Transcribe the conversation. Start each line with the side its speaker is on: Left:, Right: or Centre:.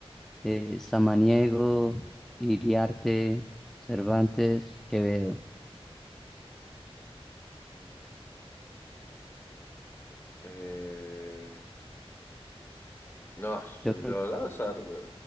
Centre: eh, Samaniego, Iriarte, Cervantes, Quevedo.
Left: Mm. Eh, no, eso
Centre: Yo creo
Left: yo
Centre: que
Left: al azar, güey.